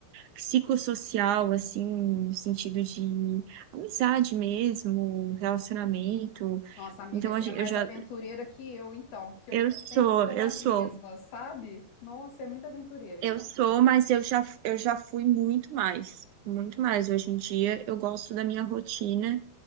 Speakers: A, on the right; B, on the left.
A: psicossocial, assim, no sentido de amizade mesmo, relacionamento.
B: Nossa, amiga,
A: Então,
B: você
A: a gen-
B: é mais
A: eu já,
B: aventureira que eu, então, porque eu,
A: eu
B: eu sempre
A: sou,
B: estou
A: eu
B: nas
A: sou,
B: mesmas, sabe? Nossa, é muito aventureira, então.
A: eu sou, mas eu já, eu já fui muito mais, muito mais. Hoje em dia, eu gosto da minha rotina.